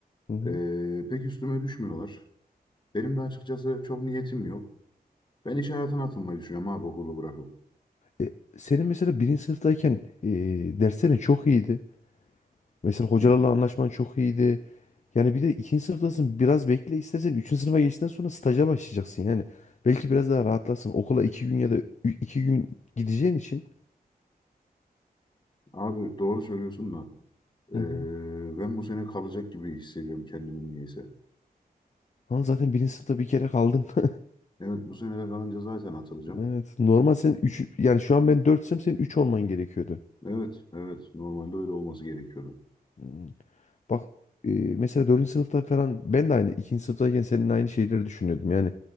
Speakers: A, on the left (about 45°); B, on the left (about 30°).
A: Hı hı.
B: Eee, pek üstüme düşmüyorlar. Benim de açıkçası çok niyetim yok. Ben iş hayatına atılmayı düşünüyorum abi okulu bırakıp.
A: E, senin mesela birinci sınıftayken e, derslerin çok iyiydi. Mesela hocalarla
B: Bir,
A: anlaşman çok iyiydi. Yani bir de ikinci sınıftasın biraz bekle istersen üçüncü sınıfa geçtikten sonra staja başlayacaksın yani. Belki biraz daha rahatlarsın. Okula iki gün ya da ü- iki gün gideceğin için.
B: abi doğru söylüyorsun da eee,
A: Hı hı.
B: ben bu sene kalacak gibi hissediyorum kendimi niyeyse.
A: Ama zaten birinci sınıfta bir kere kaldın. <laughs>
B: Evet bu sene de kalınca zaten atılacağım.
A: Evet. Normal sen üç yani şu an ben dörtsem senin üç olman gerekiyordu.
B: Evet evet normalde öyle olması gerekiyordu.
A: Hmm. Bak e, mesela dördüncü sınıfta falan ben de aynı ikinci sınıftayken senin aynı şeyleri düşünüyordum. Yani